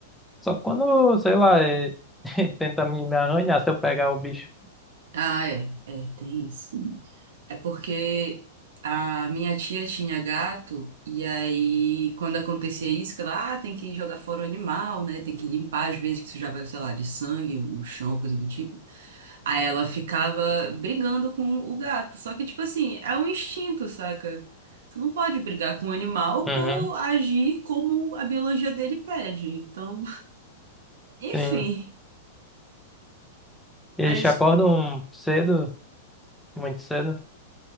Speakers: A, in the centre; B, on the right (about 80°).
A: só quando, sei lá, e- <laughs> tenta me, me arranhar se eu pegar o bicho.
B: Ah, é, é, tem isso. É porque a minha tia tinha gato, e aí quando acontecia isso, que ela, ah, tem que jogar fora o animal, né? Tem que limpar às vezes que sujava, sei lá, de sangue, o chão, coisa do tipo. Aí ela ficava brigando com o gato. Só que, tipo assim, é um instinto, saca? Tu não pode brigar com o animal
A: Uhum,
B: por agir como a biologia dele pede. Então, <laughs> enfim.
A: sim. Eles
B: Mas
A: te acordam cedo, muito cedo.